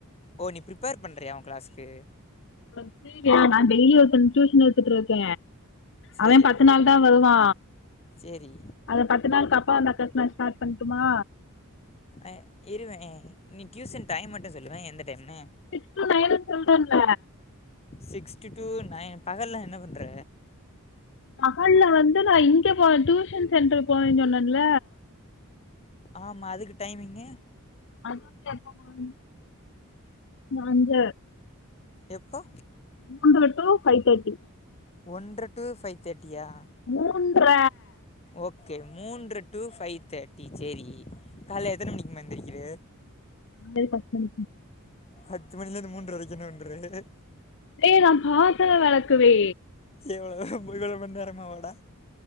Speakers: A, on the left; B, on the left.
A: ஓ நீ ப்ரிப்பேர் பண்றியா உ க்ளஸ்க்கு
B: உனக்கு புரியலையா நா டெய்லி ஒருத்னுக்கு டியூஷன் எடுத்துட்டு இருக்க
A: சரி
B: அவ பத்து நாள் தா வருவா
A: சரி
B: அந்த பத்து நாள்க்கு அப்றோ அந்த அக்காக்கு நா ஸ்டார்ட் பண்ட்டுமா
A: அ இருவே நீ டியூசன் டைம் மட்டு சொல்லுவே எந்த டைம்னு
B: சிக்ஸ் டு நைன்னு சொல்றன்ல
A: சிக்ஸ்ட்டு நயன் பகல்லா என்ன பண்ற
B: பகல்ல வந்து நா இங்க போவ டியூஷன் சென்ட்ர் போவேன் சொன்னன்ல
A: ஆமா அதுக்கு டைமிங்கு
B: <inaudible> நா அந்த
A: எப்போ
B: மூன்ற டு ஃபை தட்டி
A: ஒன்ற டு ஃபைவ் தட்டியா
B: மூன்ற
A: ஓகே மூன்ற டு ஃபைவ் தட்டி சேரி கால்ல எத்தன மணிக்கிமா எந்திரிக்குற
B: காலைல பத்து மணிக்கி
A: பத்து மணிலேந்து மூன்ற வரைக்கு என்ன பன்ற
B: ஏ நா பாத்தரோ வெளக்குவே
A: எவ்வளோ நேரோ <unintelligible> மணி நேரமாவாடா